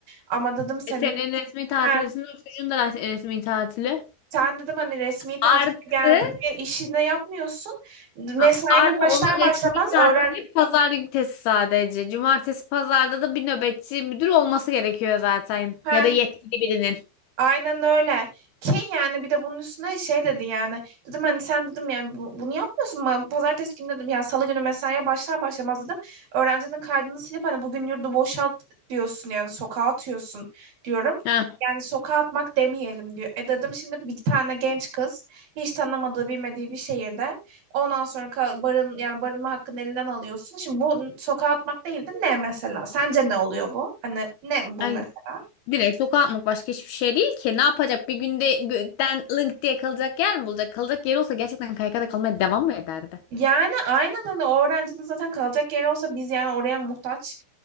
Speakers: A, on the right (about 55°); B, on the left (about 70°).
A: Ama dedim senin
B: E, senin resmi
A: He,
B: tatilisinde o çocuğun da res- resmi tatili.
A: Sen dedim hani resmi tatil
B: Artı
A: geldi diye işini yapmıyorsun. Mesaine
B: a- artı
A: başlar
B: onun resmi
A: başlamaz
B: tatili
A: öğren.
B: pazar günü sadece. Cumartesi pazarda da bir nöbetçi müdür olması gerekiyor zaten.
A: Heh,
B: Ya da yetkili birinin.
A: Aynen öyle. Ki yani bir de bunun üstüne şey dedi yani. Dedim hani sen dedim yani bu- bunu yapmıyorsun mu? Pazartesi günü dedim ya salı günü mesaiye başlar başlamaz dedim. Öğrencinin kaydını silip hani bugün yurdu boşalt diyorsun yani sokağa atıyorsun diyorum.
B: Ha.
A: Yani sokağa atmak demeyelim diyor. E dedim şimdi bir tane genç kız hiç tanımadığı bilmediği bir şehirde ondan sonra ka- barın yani barınma hakkını elinden alıyorsun. Şimdi bu sokağa atmak değil de ne mesela? Sence ne oluyor bu? Hani ne bu
B: Ay,
A: mesela?
B: direkt sokağa atmak başka hiçbir şey değil ki. Ne yapacak? Bir günde gökten link diye kalacak yer mi bulacak? Kalacak yeri olsa gerçekten kaykada kalmaya devam mı ederdi?
A: Yani aynen hani o öğrencinin zaten kalacak yeri olsa biz yani oraya muhtaç.